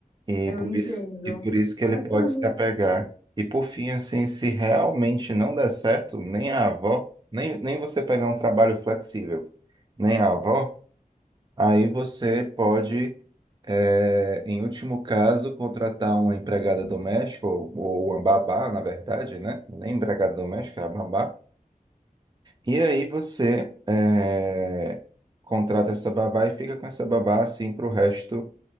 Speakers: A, on the right; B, on the left.
A: E
B: eu
A: por
B: entendo.
A: isso, e por isso que ele
B: Mas
A: pode
B: para mim,
A: se apegar. E por fim, assim, se realmente não der certo, nem a avó, nem, nem você pegar um trabalho flexível, nem a avó, Aí você pode, eh, em último caso, contratar uma empregada doméstica, ou, ou uma babá, na verdade, né? Nem empregada doméstica, é a babá. E aí você, eh, contrata essa babá e fica com essa babá, assim, pro resto,